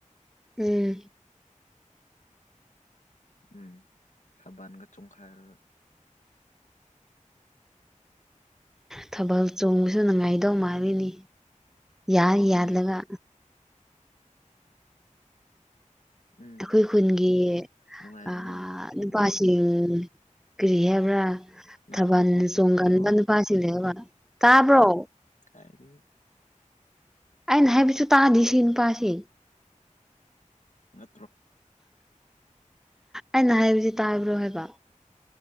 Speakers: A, in the centre; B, on the left (about 65°).
A: ꯎꯝ
B: ꯎꯝ ꯊꯥꯕꯟꯒ ꯆꯣꯡꯈꯥꯏꯔꯒ
A: ꯊꯥꯕꯜ ꯆꯣꯡꯕꯁꯨ ꯅꯨꯡꯉꯥꯏꯗꯧ ꯃꯥꯜꯂꯤꯅꯤ ꯌꯥꯔ
B: ꯑꯩꯗꯤ
A: ꯌꯥꯜꯂꯒ
B: ꯎꯝ
A: ꯑꯩꯈꯣꯏ ꯈꯨꯟꯒꯤ
B: ꯅꯨꯡꯉꯥꯏꯕꯅꯦ
A: ꯑꯥ
B: ꯆꯣꯡꯕꯗꯣ
A: ꯅꯨꯄꯥꯁꯤꯡ ꯀꯔꯤ ꯍꯥꯏꯕ꯭ꯔ
B: ꯅꯪ
A: ꯊꯥꯕꯜ
B: ꯑꯃꯨꯛꯐꯥꯎ ꯆꯣꯡꯗ꯭ꯔꯤꯕꯣ
A: ꯆꯣꯡꯒꯟꯕ ꯅꯨꯄꯥꯁꯤꯡꯅꯦꯕ ꯇꯥꯕ꯭ꯔꯣ
B: ꯍꯥꯏꯗꯤ
A: ꯑꯩꯅ ꯍꯥꯏꯕꯁꯨ ꯇꯥꯗꯤ ꯁꯤ ꯅꯨꯄꯥꯁꯤ
B: ꯃ
A: ꯑꯩꯅ ꯍꯥꯏꯕꯁꯤ ꯇꯥꯕ꯭ꯔꯣ ꯍꯥꯏꯕ